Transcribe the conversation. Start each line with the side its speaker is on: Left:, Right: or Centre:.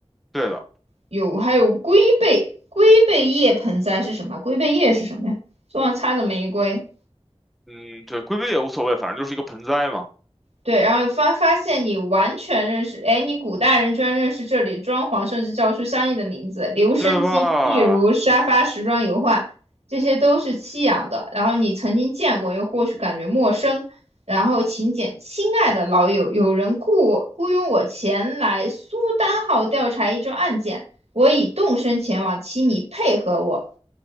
Centre: 对的，
Right: 有还有龟背，龟背叶盆栽是什么？龟背叶是什么呀？桌上插着玫瑰。
Centre: 嗯，对，规避也无所谓，反正就是一个盆栽嘛，
Right: 对，然后发发现你完全认识，哎，你古代人居然认识这里装潢，甚至叫出相应的名字，留声机、
Centre: 对吧？
Right: 壁炉、沙发、时装、油画，这些都是西洋的。然后你曾经见过，又或许感觉陌生。然后请柬，亲爱的老友，有人雇我雇佣我前来苏丹号调查一桩案件，我已动身前往，请你配合我。